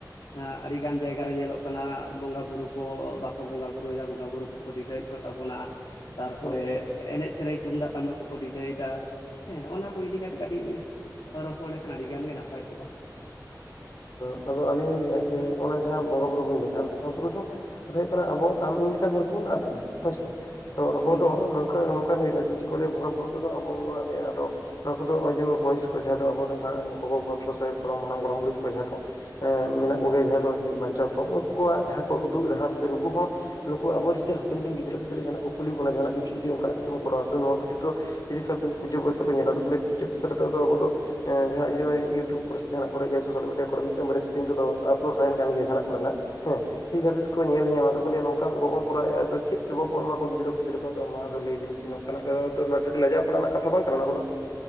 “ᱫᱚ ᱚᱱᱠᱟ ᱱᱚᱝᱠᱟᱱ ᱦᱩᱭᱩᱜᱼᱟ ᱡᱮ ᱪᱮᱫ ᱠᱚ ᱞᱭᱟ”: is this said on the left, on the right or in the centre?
Left